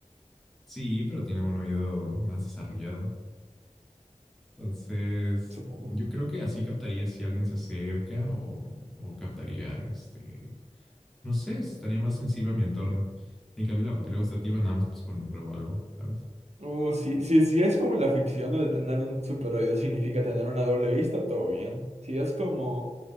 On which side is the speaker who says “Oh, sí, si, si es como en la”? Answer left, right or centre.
Right